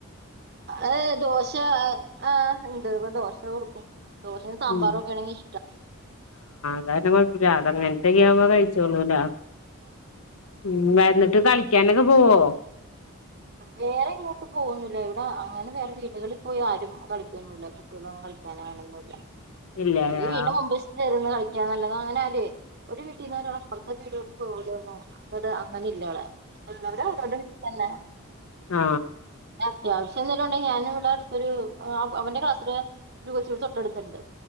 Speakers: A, on the right; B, on the left.
A: ഏ ദോശ അ് ആ ഇണ്ട് ഇപ്പ ദോശ കൊടുക്കും ദോശയും സാമ്പാറുഒക്കെ
B: ഉം
A: ആണെങ്കി ഇഷ്ടം
B: <unintelligible> കൊഴപ്പൂല്ല അത അങ്ങനത്തെ ഗ്യവുമ്പോ കഴിച്ചോളൂല
A: ആ
B: ഉം വന്നിട്ട് കളിക്ക്യാനൊക്കെ പോവോ
A: വേറെ ഇങ്ങോട്ട് പോവൊന്നുല്ല ഇവിടെ അങ്ങനെ വേറെ വീടുകളിൽ പോയി ആരും കളിക്കൊന്നുല്ല പ്പൊ ഇവിടെ കളിക്കാനാളൊന്നുല്ല
B: ഇല്ല
A: എങ്കി വിടിൻ്റെ
B: ആഹ്
A: മുൻവശത്ത് <unintelligible> ന്ന് കളിക്കാന്നല്ലത അങ്ങനാരെ ഒരു വീട്ടീന്നൊരാളപ്പർത്ത വീടോട്ട് പോലോന്നുല്ല വടെ അ അങ്ങനെ ല്ലവടേ എല്ലാരവരവരുടെ വീട്ടി തന്നെ
B: ആ
A: അത്യാവശ്യ ന്തെലുണ്ടെങ്കി ഞാനിവിടെ ഒരു അ് അവന്റെ ക്ലാസില് ഒരു കൊച്ചു വടെ തൊട്ടട്ത്തുണ്ട്